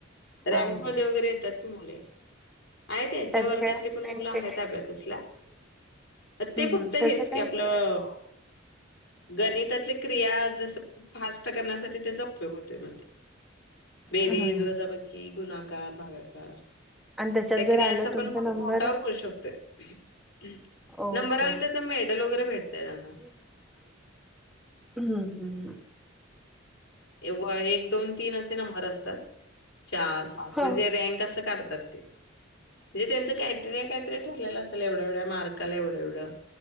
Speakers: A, on the left; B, in the centre.
A: रँकमध्ये
B: हा हा
A: वगैरे येतात की मुले. आहेत याच्या
B: त्याचं
A: वर्गातली
B: काय
A: पण मुलं
B: बेनिफिट
A: आहेत
B: आहे?
A: अबॅकसला. ते
B: हम्म
A: फक्त
B: हम्म त्याचं
A: हेच
B: काय?
A: की आपलं गणितातली क्रिया जसं फास्ट करण्यासाठी त्याचा उपयोग होतोय म्हणते. बेरीज,
B: हम्म
A: वजाबकी, गुणाकार, भागाकार.
B: आणि त्याच्यात
A: त्या
B: जर
A: क्रियांचा
B: आलं तुमचा
A: पण <unintelligible>
B: नंबर
A: बोटावर करू शकतोय.
B: ओके
A: नंबर आला तर तर मेडल वगैरे भेटतय त्यांना
B: <inaudible> हू हू हू.
A: एवा एक, दोन, तीन असे नंबर असतात. चार, पाच
B: हो
A: म्हणजे रँक असं काढतात ते. ते त्यांचं क्रायटेरिया कायतरी ठरलेल असलं एवढ्या- एवढ्या मार्काला एवढं-एवढं.